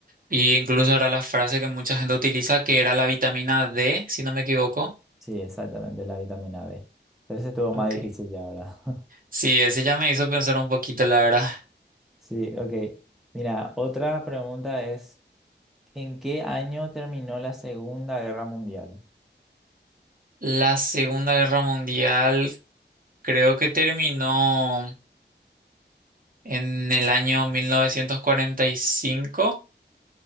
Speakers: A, on the right; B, in the centre.
A: y incluso era la frase que mucha gente utiliza, que era la vitamina D, si no me equivoco.
B: Sí, exactamente, la vitamina B. Pero ese estuvo más
A: Ok.
B: difícil ya, ¿verdad?
A: Sí, ese ya me hizo pensar un poquito, la verdad. <laughs>
B: Sí, ok. Mira, otra pregunta es, ¿en qué año terminó la Segunda Guerra Mundial?
A: La Segunda Guerra Mundial creo que terminó en el año 1945.